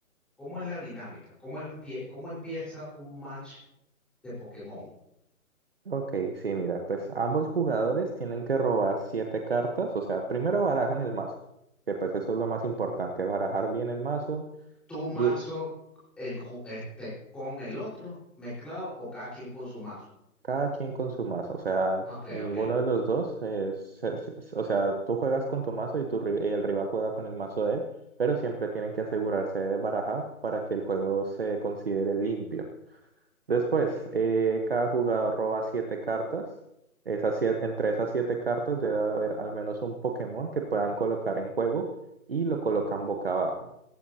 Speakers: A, in the centre; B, on the right (about 40°).
A: ¿Cómo es la dinámica? ¿Cómo empie- cómo empieza un match de Pokémon?
B: Ok, sí, mira, pues ambos jugadores tienen que robar siete cartas, o sea, primero barajan el mazo, que pues eso es lo más importante, barajar bien el mazo
A: tu mazo
B: y
A: en ju- este, con el otro mezclado o cada quien con su mazo.
B: cada quien con su mazo, o sea,
A: Ok,
B: ninguno
A: ok,
B: de los dos, eh, se- se- se- o sea, tú juegas con tu mazo y, tu, ri- y el rival juega con el mazo de él, pero siempre tienen que asegurarse de barajar para que el juego se considere limpio. Después, eh, cada jugador roba siete cartas. Esas sie- entre esas siete cartas debe haber al menos un Pokémon que puedan colocar en juego y lo colocan boca abajo.